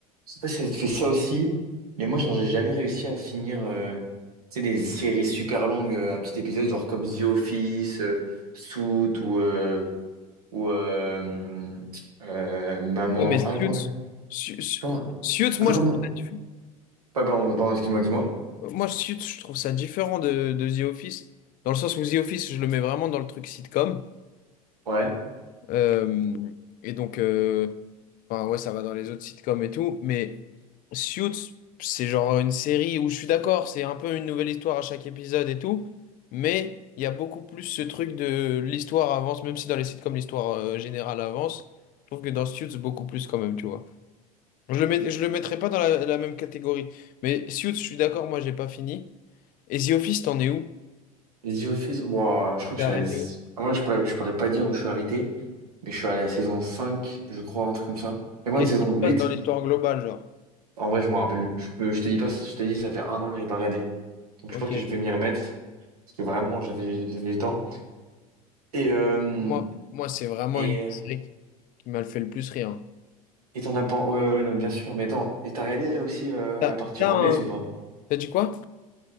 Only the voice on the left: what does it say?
Ouais, mais Suits,
Su- Su-
Suits,
moi
je trouve ça, diff-
moi, Suits, je trouve ça différent de, de The Office, dans le sens où The Office, je le mets vraiment dans le truc sitcom.
Euh, et donc, euh, enfin, ouais, ça va dans les autres sitcoms et tout, mais Suits, c'est genre une série où je suis d'accord, c'est un peu une nouvelle histoire à chaque épisode et tout, mais il y a beaucoup plus ce truc de l'histoire avance, même si dans les sitcoms, l'histoire euh, générale avance, je trouve que dans Suits, beaucoup plus quand même, tu vois. Je le mets, je le mettrais pas dans la, la même catégorie. Mais Suits, je suis d'accord, moi j'ai pas fini. Et The Office, t'en es où?
T'es
arrêté
où?
Qu'est-ce
qui se
passe dans l'histoire globale, genre?
Ok.
Moi, moi c'est vraiment
une série qui m'a fait le plus rire. hein.
T'as,
t'as
un...
T'as dit quoi?